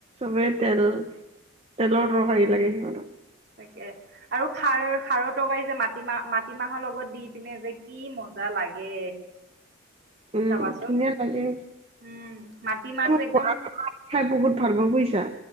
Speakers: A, on the right; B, on the right.
A: চবে তেল <inaudible> তেলৰ তৰকাৰী লাগে সিহঁত।
B: এনেকে আৰু খাৰ খাৰৰ তৰকাৰী যে মাটিমাহ মাটিমাহৰ লগত দি পিনে যে কি মজ। মজা লাগে।
A: উম
B: চাবাচোন
A: ধুনীয়া লাগে।
B: উম মাটিমাহটো
A: <unintelligible>
B: একদম
A: খাই বহুত ভাল পা বুইছা।